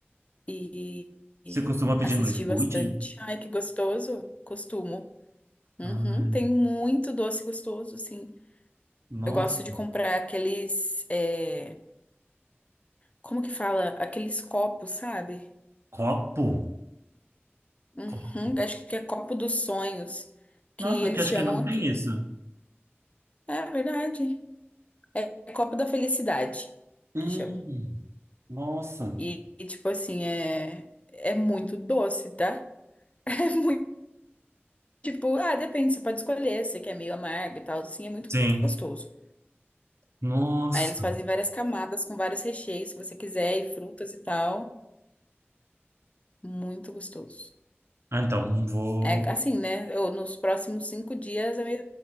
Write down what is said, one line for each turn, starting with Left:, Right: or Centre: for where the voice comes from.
Left: E, e
Right: Você costuma pedir
Left: assistir
Right: no iFood?
Left: bastante. Ai, que gostoso. Costumo. Uhum,
Right: Ai,
Left: Tem muito doce gostoso, assim.
Right: nossa.
Left: Eu gosto de comprar aqueles. é, como que fala? Aqueles copos, sabe?
Right: Copo?
Left: Uhum,
Right: Copo.
Left: acho que é copo dos sonhos, que
Right: Nossa,
Left: eles
Right: aqui acho
Left: chamam
Right: que não
Left: aqui,
Right: tem
Left: né?
Right: isso.
Left: É verdade. É, é copo da felicidade,
Right: Hum,
Left: que chama.
Right: nossa.
Left: E, e, tipo assim, é, é muito doce, tá? <laughs> É muito, tipo, ah, depende, você pode escolher, se você quer meio amargo e tal, assim, é muito
Right: Sim.
Left: gostoso.
Right: Nossa.
Left: Aí eles fazem várias camadas com vários recheios, se você quiser, e frutas e tal. Muito gostoso.
Right: Ah, então, vou.
Left: É assim, né? Eu, nos próximos cinco dias a minha